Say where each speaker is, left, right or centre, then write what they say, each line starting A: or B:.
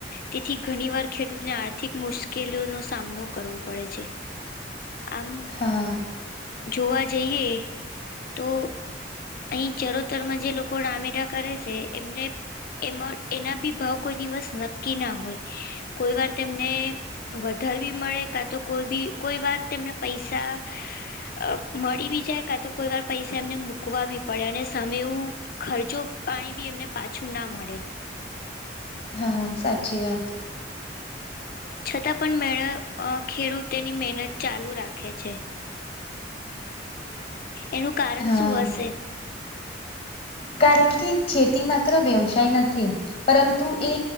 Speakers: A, on the left; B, on the left.
A: તેથી ઘણી વાર ખેડૂતને આર્થિક મુશ્કેલીઓનો સામનો કરવો પડે છે. આમ
B: હા
A: જોવા જઈએ તો અહીં ચરોતર માં જે લોકો રામેડા કરે છે એમને એમાં એના બી ભાવ કોઈ દિવસ નક્કી ના હોય, કોઈ વાર તેમને વધારવી મળે કા તો કોઈ બી કોઈ વાર તેમને પૈસા અ મળી બી જાય કા તો કોઈ વાર પૈસા એમને મૂકવા બી પડે અને સામે એવું ખર્ચો પાણી બી એમને પાછું ના મળે.
B: હા સાચી વાત.
A: છતાં પણ મેળ ખેડૂત તેની મહેનત ચાલુ રાખે છે. એનું કારણ
B: હા
A: શું હશે?
B: કારણ કે ખેતી માત્ર વ્યવસાય નથી. પરંતુ એ